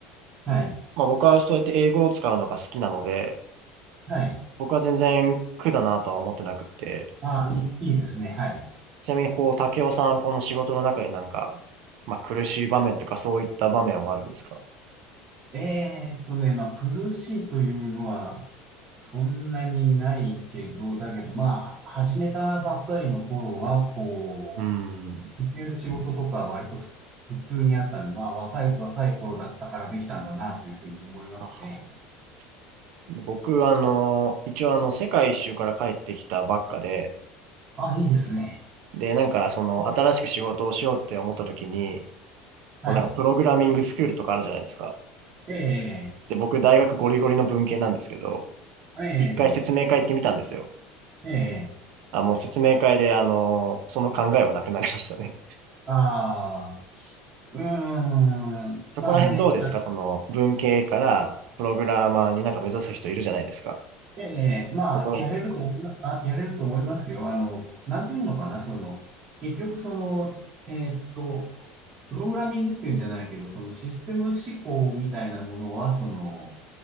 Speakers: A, on the right (about 40°); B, on the right (about 60°).
A: はい、
B: まあ、僕はそうやって英語を使うのが好きなので、
A: はい。
B: 僕は全然苦だなとは思ってなくって、
A: ああ、いい、いいですね、はい。
B: ちなみに、こう、竹雄さん、この仕事の中でなんか、まあ、苦しい場面とかそういった場面はあるんですか
A: えーっとね、まあ、苦しいというのは、そんなにないけど、だけど、まあ、は始めたばっかりの頃は、こ
B: うーん。
A: う、必要で仕事とかは割とふ普通にあったんで、まあ若い、若い頃だったからできたんだなというふうに思いますね。
B: ははは。僕、あの、一応あの、世界一周から帰ってきたばっかで、
A: あ、いいですね。
B: で、なんか、その、新しく仕事をしようって思った時に、
A: はい。
B: こうなんか、プログラミングスクールとかあるじゃないですか。
A: ええ、
B: で、僕、大学ゴリゴリの文系なんですけど、
A: ええ、
B: 一回説明会行ってみたんですよ。
A: ええ、
B: あ、もう説明会で、あの、その考えはなくなりましたね。
A: ああ、うーん、
B: <laughs> そこら辺どうですかその、
A: まあね、あ
B: 文系からプログラマーになんか目指す人いるじゃないですか。
A: ええ、まあ、
B: そこ、
A: やれると思いま、あ、やれると思いますよ。あの、なんていうのかな、その、結局その、えーっと、プログラミングっていうんじゃないけど、そのシステム思考みたいなものは、その、